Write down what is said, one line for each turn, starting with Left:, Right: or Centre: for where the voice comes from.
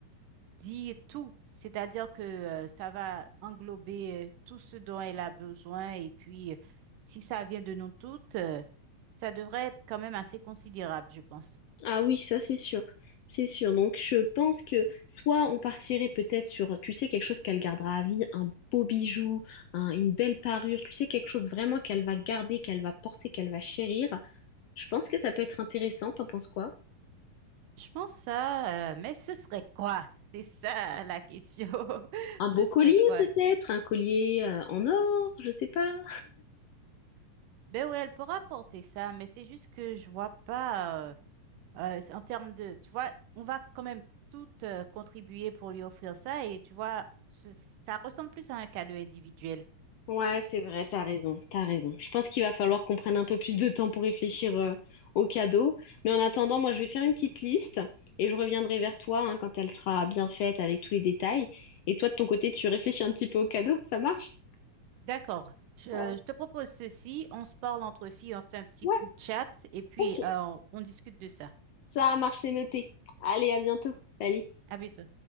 Right: dit tout. C'est-à-dire que euh, ça va englober euh, tout ce dont elle a besoin. Et puis, euh, si ça vient de nous toutes, euh, ça devrait être quand même assez considérable, je pense.
Left: Ah oui, ça c'est sûr, c'est sûr. Donc je pense que soit on partirait peut-être sur, tu sais, quelque chose qu'elle gardera à vie, un beau bijou, un- une belle parure, tu sais, quelque chose vraiment qu'elle va garder, qu'elle va porter, qu'elle va chérir. Je pense que ça peut être intéressant, t'en penses quoi?
Right: Je pense ça, euh, mais ce serait quoi? <laughs> C'est ça la question. <laughs>
Left: Un
Right: Ce
Left: beau
Right: serait
Left: collier
Right: quoi?
Left: peut-être, un collier euh, en or, je sais pas.
Right: Ben oui, elle pourra porter ça, mais c'est juste que je vois pas, euh, euh, c'est en termes de, tu vois, on va quand même toutes euh, contribuer pour lui offrir ça. Et tu vois, ce- ça ressemble plus à un cadeau individuel.
Left: Ouais, c'est vrai, t'as raison, t'as raison. Je pense qu'il va falloir qu'on prenne un peu plus de temps pour réfléchir euh, aux cadeaux. Mais en attendant, moi, je vais faire une petite liste et je reviendrai vers toi hein, quand elle sera bien faite avec tous les détails. Et toi, de ton côté, tu réfléchis un petit peu aux cadeaux, ça marche?
Right: D'accord. Je, euh,
Left: Euh,
Right: je te propose ceci. On se parle entre filles, on fait un petit
Left: ouais,
Right: groupe chat et puis
Left: ok.
Right: euh, on discute de ça.
Left: Ça marche, c'est noté. Allez, à bientôt. Salut.
Right: À bientôt.